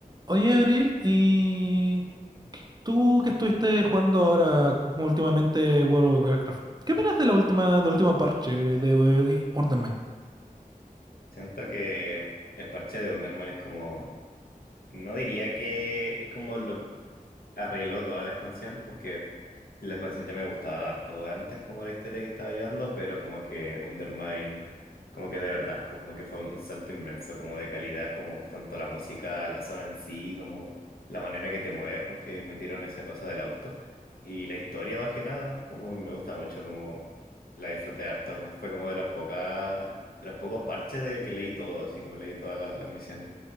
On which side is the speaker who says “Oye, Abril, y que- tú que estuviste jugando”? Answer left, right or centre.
Right